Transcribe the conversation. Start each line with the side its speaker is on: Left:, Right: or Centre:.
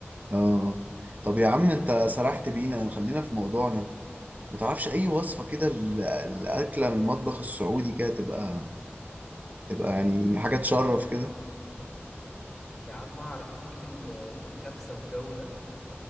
Right: اه طب يا عم انت سرحت بينا خلينا في موضوعنا ما تعرفش اي وصفة كده ال- الاكلة من المطبخ السعودي كده تبقى تبقى يعني حاجة تشرف كده
Centre: يا عم اعرف ليك في ال- في الكبسة والجو ده